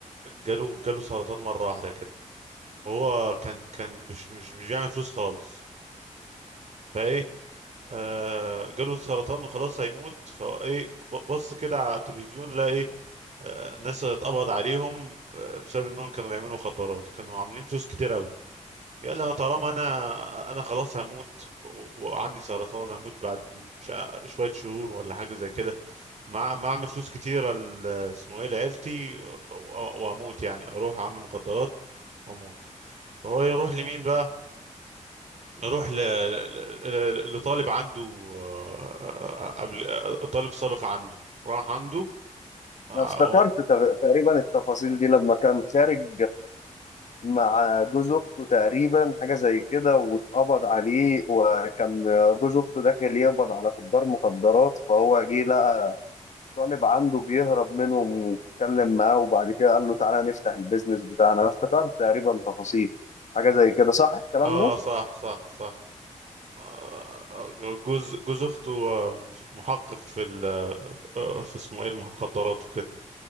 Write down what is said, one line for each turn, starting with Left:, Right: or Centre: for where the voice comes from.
Right: جاله جاله سرطان مرة واحدة كده هو كان كان مش مش مش بيعمل فلوس خالص فايه آه، جاله سرطان وخلاص هيموت فهو ايه ب- بص كده على التلفزيون لقى ايه آه، الناس اتقبض عليهم آه، بسبب انهم كانوا بيعملوا مخدرات كانوا عاملين فلوس كتير قوي يلا أنا طالما انا انا خلاص هموت و- وعندي سرطان هموت بعد شا- شوية شهور ولا حاجة زي كده مع مع اعمل فلوس كتيره ل- اسمه ايه لعيلتي و- و- واموت يعني اروح اعمل مخدرات واموت هو يروح لمين بقى يروح ل... ل... ل- لطالب عنده آه، قبل آه، طالب سابق عنده راح عنده اه
Left: انا افتكرت تق- تقريبا التفاصيل دي لما كان خارج مع جوز اخته تقريبا حاجه زي كده واتقبض عليه وكان جوز اخته داخل يقبض على تجار مخدرات فهو جه لقى طالب عنده بيهرب منهم واتكلم معاه وبعد كده قال له تعالى نفتح البيزنس بتاعنا انا افتكرت تقريبا تفاصيل حاجه زي كده صح الكلام
Right: آه،
Left: ده
Right: صح صح صح آه، آه، جوز جوز اخته آه، مش- محقق في ال... آه، في اسمه ايه المخدرات وكده